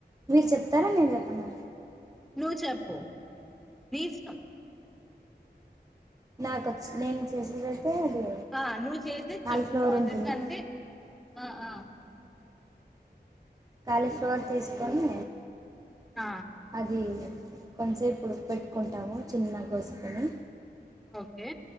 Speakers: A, on the right; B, in the centre.
A: మీరు చెప్తారా? నేను చెప్పనా?
B: నువ్వు చెప్పు నీ ఇష్టం.
A: నాకొచ్చు. నేను చేసేదైతే అది
B: ఆ నువ్ చేసేది
A: కాలీఫ్లవర్
B: చెప్పు ప్రాసెస్
A: ఉంటుంది
B: అంటే ఆ ఆ
A: కాలీఫ్లవర్ తీసుకొని
B: మ్
A: అది కొంతసేపు ఉడు పెట్టుకుంటాము చిన్నగా కోసుకొని
B: ఓకే